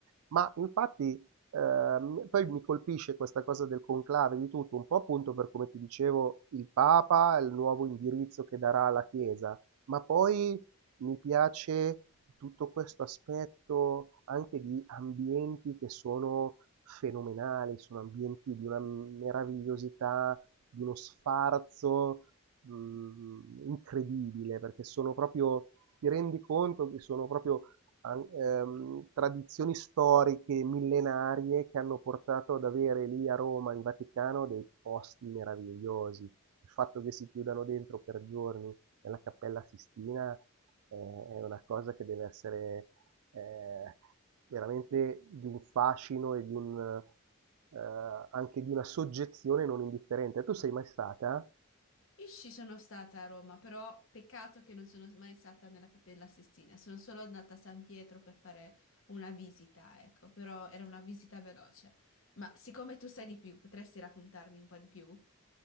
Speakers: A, on the right (about 75°); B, on the left (about 65°).
A: Ma infatti Ehm, poi mi colpisce questa cosa del conclave di tutto, un po' appunto per come ti dicevo il Papa, il nuovo indirizzo che darà alla Chiesa, ma poi mi piace tutto questo aspetto anche di ambienti che sono fenomenali, sono ambienti di una meravigliosità, di uno sfarzo mh, incredibile, perché sono proprio, ti rendi conto che sono proprio an- ehm, tradizioni storiche millenarie che hanno portato ad avere lì a Roma, in Vaticano, dei posti meravigliosi. Il fatto che si chiudano dentro per giorni nella Cappella Sistina eh, è una cosa che deve essere eh, veramente di un fascino e di un, eh, anche di una soggezione non indifferente. Tu sei mai stata?
B: Io ci sono stata a Roma, però peccato che non sono mai stata nella Cappella Sistina, sono solo andata a San Pietro per fare una visita, ecco, però era una visita veloce. Ma siccome tu sai di più, potresti raccontarmi un po' di più?